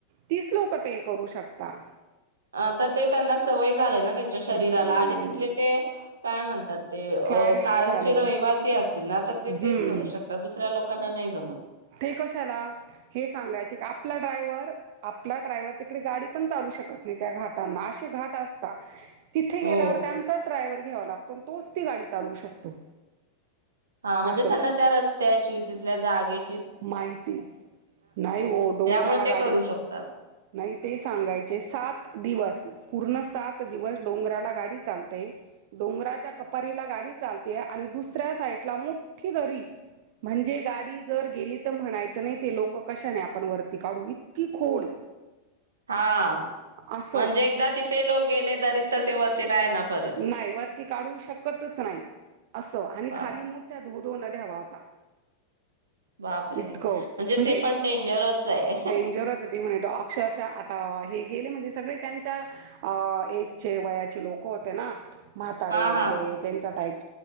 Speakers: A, on the right; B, on the right.
A: तिचं लोकं ते करू शकता.
B: आं तर ते त्यांना सवय झालंय ना त्यांच्या शरीराला
A: हम्म
B: आनी तिथले ते काय म्हनतात ते अ
A: क्लायमेट
B: कायमचे
A: झालं
B: रहिवासी असतीलना? तर ते
A: हम्म
B: तेच करू शकतात दुसऱ्या...... लोकांना नाही जमत
A: ते कशाला... हे सांगायचे का आपला ड्राईव्हर... आपला ड्राईव्हर तिकडे गाडी पन चालवू शकत नाई त्या घाटाना अशे घाट असता. तिथे
B: हो
A: गेल्यावर त्यांचाच ड्राईव्हर.... ठेवावं लागतो आन तोच ती गाडी चालवू शकतो.
B: हां म्हनजे
A: असं
B: त्यांना त्या रस्त्याची तित... तिथल्या जागेत....
A: माहिती..... नाही हो डोंगराला
B: त्यामुळे ते
A: गाडी
B: करू शकतात
A: नाही ते सांगायचे सात दिवस.. पूर्ण सात दिवस डोंगराला गाडी चालतेय डोंगराच्या कपारीला गाडी चालतेय आणि दुसऱ्या साईडला मोठी दरी म्हणजे गाडी.... तर गेली तर म्हणायचं नाही ती लोकं कशाने आपण वरती काढू इतकी खोल....
B: हां
A: असो
B: म्हणजे एकदा तिथे लोक गेले दरीत तर ते वर ते नाय ना... परत
A: नाही वरती काढू शकतच नाही असं आणि
B: बाप
A: खाली मोठया धू धुऊन ठेवा अता.
B: बापरे
A: इतक म्हणजे
B: ते पण डेंजरच आहे
A: डेंजरचए ते म्हणे तो अक्षरशा आता हे गेले म्हणजे सगळे त्यांच्या अ एज चे वयाची लोकं हो होते ना म्हातारे
B: हा
A: वगैरे
B: हा
A: त्यांच्या टाईप